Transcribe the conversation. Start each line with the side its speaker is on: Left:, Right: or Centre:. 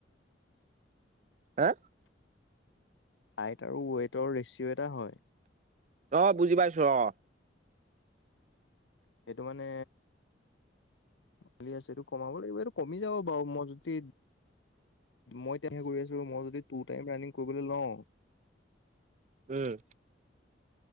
Right: হা
Left: হাইট আৰু ৱটৰ ৰেচিঅ' এটা হয়।
Right: অ বুজি পাইছো অ।
Left: এইটো মানে মালি আছে এইটো কমাব লাগিব এইটো কমি যাব বাৰু মই যদি মই এতিয়াাহে কৰি আছো মই যদি টু টাইপ ৰাণিং কৰিবলৈ লওঁ
Right: উম